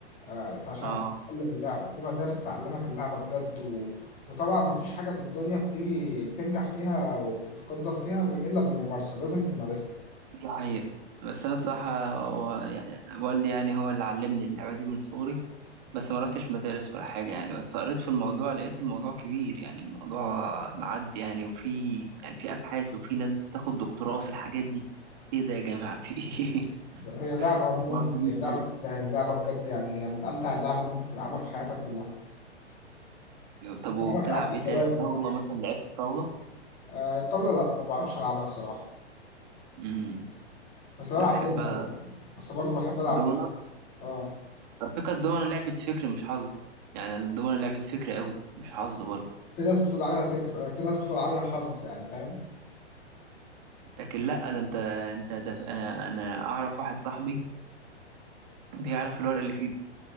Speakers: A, on the left; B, on the right.
A: آه عشان
B: اه
A: اتعلم اللعبه في مدارس تعلمك اللعبه بجد و... وطبعا ما فيش حاجه في الدنيا بتيجي بتنجح فيها وبتتقدم فيها الا بالممارسه لازم تمارسها
B: دي حقيقة بس أنا الصراحة هو يعني والدي يعني هو اللي علمني اللعبة دي من صغري بس ما رحتش مدارس ولا حاجة يعني بس قريت في الموضوع لقيت الموضوع كبير يعني الموضوع معدي يعني وفي يعني في أبحاث وفي ناس بتاخد دكتوراه في الحاجات دي إيه ده يا جماعة في إيه
A: هي لعبه
B: <laughs>
A: عموما
B: موضوع كبير
A: هي لعبه
B: أوي
A: تستاهل لعبه بجد يعني هي من امتع اللعب اللي ممكن تلعبها في حياتك كلها
B: طب وبتلعب
A: لعبه بتاعت
B: إيه
A: الجواز
B: تاني طاولة
A: كده
B: مثلا لعبت طاولة
A: آه الطاوله لا ما بعرفش العبها الصراحه
B: امم
A: بس بلعب
B: أنا بحبها
A: دمية بس برضو بحب العب
B: دومنة
A: دمية اه
B: على فكرة الدومنة لعبة فكر مش حظ يعني الدومنة لعبة فكر أوي مش حظ برضه
A: في ناس بتقول عليها فكرة في ناس بتقول عليها حظ يعني فاهم
B: لكن لا ده انت انت ده انا اعرف واحد صاحبي بيعرف الورق اللي في ايده